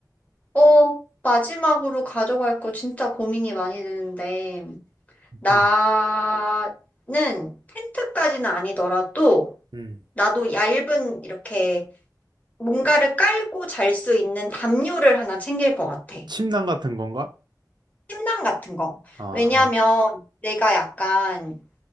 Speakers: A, on the left; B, on the right.
A: 어, 마지막으로 가져갈 거 진짜 고민이 많이 되는데, 나는
B: 음,
A: 텐트까지는 아니더라도,
B: 음.
A: 나도 얇은 이렇게 뭔가를 깔고 잘 수 있는 담요를 하나 챙길 것 같아.
B: 침낭 같은 건가?
A: 침낭 같은 거.
B: 아,
A: 왜냐하면 내가 약간